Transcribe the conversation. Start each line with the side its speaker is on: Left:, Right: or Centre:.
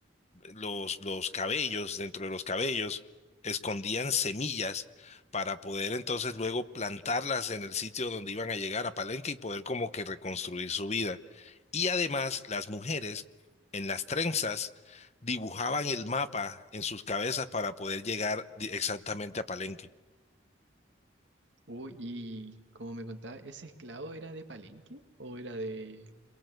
Left: los, los cabellos, dentro de los cabellos, escondían semillas para poder entonces luego plantarlas en el sitio donde iban a llegar a Palenque y poder como que reconstruir su vida. Y además las mujeres en las trenzas dibujaban el mapa en sus cabezas para poder llegar di- exactamente a Palenque.
Right: Uy, y como me contaba, ¿ese esclavo era de Palenque o era de,